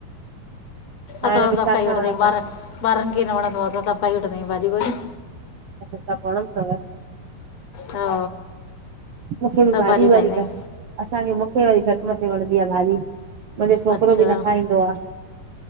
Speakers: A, on the right; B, on the left.
A: खाइण
B: असां
A: में
B: सबु
A: छा
B: खाई
A: छा
B: वठंदा
A: वणंदो
B: आयूं, ॿार, ॿारनि खे ई न वणंदो आ असां सब खाई उठंदीं आहियूं बाॼियूं ॿाॼियूं।
A: अच्छा, सबु वणंदो तव।
B: हा,
A: मूंखे बि
B: सबु
A: भाॼी
B: भाॼियूं
A: वारी
B: ठाईंदा आहियूं।
A: घट असांखे मुखे वरी घटि वदि वणंदी आ भाॼी। मुंहिंजो छोकिरो
B: अच्छा
A: बि न खाईंदो आ,